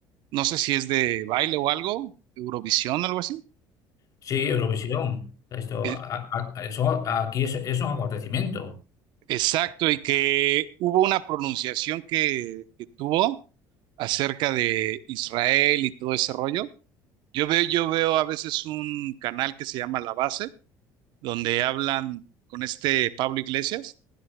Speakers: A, on the right; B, on the left.
A: no sé si es de baile o algo, Eurovisión, algo así.
B: Sí, Eurovisión. Esto,
A: E-
B: a- a- a- eso, aquí es, es un acontecimiento.
A: exacto, y que hubo una pronunciación que, que tuvo acerca de Israel y todo ese rollo. Yo veo, yo veo a veces un canal que se llama La Base, donde hablan con este Pablo Iglesias